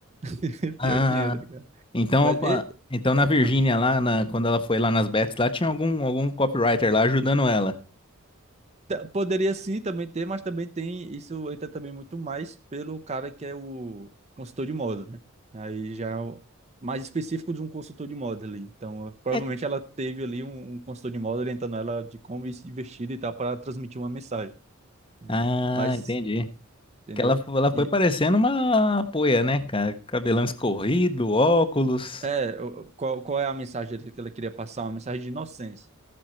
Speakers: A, on the right (about 30°); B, on the left (about 25°).
A: <laughs>
B: Ah,
A: Pior que entra, cara.
B: então,
A: Mas.
B: opa,
A: E...
B: então na Virgínia
A: ah.
B: lá, na- quando ela foi lá nas bets lá, tinha algum algum copywriter lá ajudando ela.
A: T- Poderia sim também ter, mas também tem. Isso entra também muito mais pelo cara que é o consultor de moda, né? Aí já é o- mais específico de um consultor de moda ali. Então, eh, provavelmente
B: É
A: ela teve ali um, um consultor de moda orientando ela de como ir vestida e tal para transmitir uma mensagem, né?
B: Ah,
A: Mas,
B: entendi.
A: entendeu?
B: Que ela, fo- ela foi
A: E
B: parecendo uma poia, né, cara? Cabelão escorrido, óculos.
A: é, o- qual, qual é a mensagem que ela queria passar? Uma mensagem de inocência.